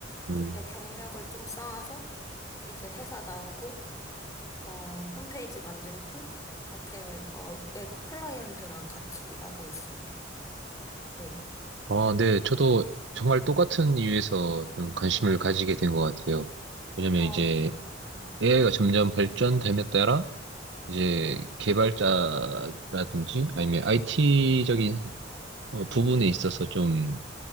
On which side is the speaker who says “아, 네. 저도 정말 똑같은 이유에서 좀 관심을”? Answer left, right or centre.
Right